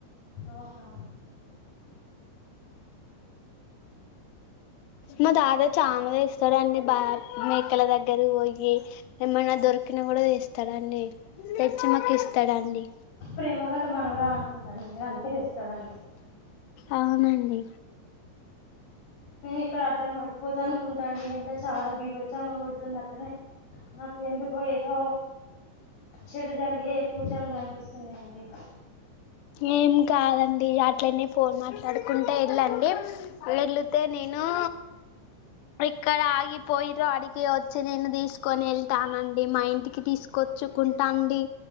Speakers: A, on the left (about 45°); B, on the left (about 80°).
A: అవునా
B: మా తాత చాముల ఇస్తాడు అన్నన్ని బా మేకల దగ్గర పోయి ఏమన్నా దొరక దకిన కూడా తెస్తాడండి తెచ్చి మాకు ఇస్తాడుడి
A: ప్రేమ గల్ల మనవరాల అనుకుంటాండి మీరు అందుకే తెస్తాడూ అనుకుంట
B: అవునండి
A: నేను ఇక్కడ అడ్డం పడిపోద అనుకుంటాండి ఎండ చాలా బీభచ్చంగా పడుతుంది అట్నే నాకు ఎందుకో ఏదో చెడు జరిగే సూచనలు కనిపిస్తున్నాయండి
B: ఏం కాదండి అట్లనే ఫోన్ మాట్లాడుకుంటే వెళ్ళండి వెళితే నేను నో ఇక్కడ ఆగిపోయిదో అడికి వచ్చి నేను తీసుకొని వెళ్తానండి మా ఇంటికి తీసుకొ వ చుకుంటాండి